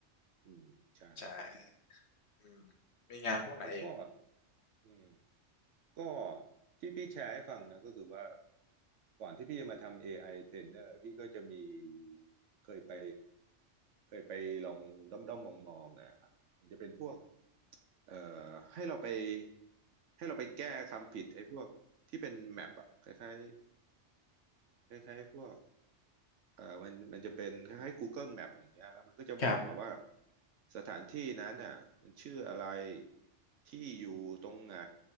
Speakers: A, on the right; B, on the left.
A: อืมใช่
B: ใช่อืมมีงานพวกไหนอีก
A: มันก็อืม ก็ที่พี่แชร์ให้ฟังนะก็คือว่าก่อนที่พี่จะมาทำ AI trainer พี่ก็จะมีเคยไปเคยไปลองด้อมด้อมมองมองๆนะมันจะเป็นพวกเอ่อให้เราไปให้เราไปแก้คำผิดไอ้พวกที่เป็นแมปอะคล้ายๆคล้ายๆพวก เอ่อมันมันจะเป็นคล้ายๆ Google Map อย่างเงี้ยแล้วมันก็จะบอกมาว่า
B: ครับ
A: สถานที่นั้นน่ะมันชื่ออะไรที่อยู่ตรงไหน